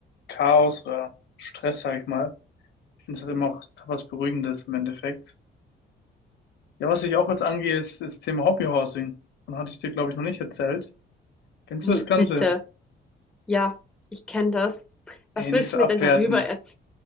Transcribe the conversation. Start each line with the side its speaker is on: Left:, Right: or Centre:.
Left: Chaos oder Stress, sag ich mal. Ich finde es halt immer auch was Beruhigendes im Endeffekt. Ja, was ich auch jetzt angehe, ist das Thema Hobbyhousing. Dann hatte ich dir, glaube ich, noch nicht erzählt. Kennst
Centre: Hm,
Left: du das Ganze?
Centre: Bitte. Ja, ich kenne das. Was
Left: Ey,
Centre: willst
Left: nicht so
Centre: du
Left: abwertend.
Centre: mir denn darüber erz-